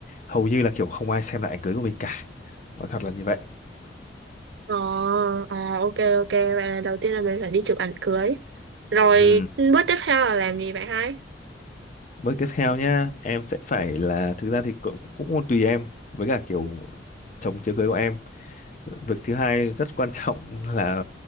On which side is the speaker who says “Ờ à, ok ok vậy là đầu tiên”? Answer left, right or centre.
Right